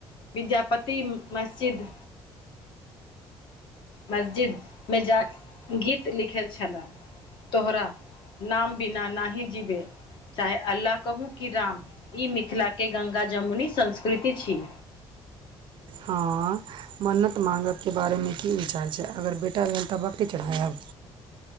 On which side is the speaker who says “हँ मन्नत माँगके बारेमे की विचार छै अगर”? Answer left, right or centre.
Right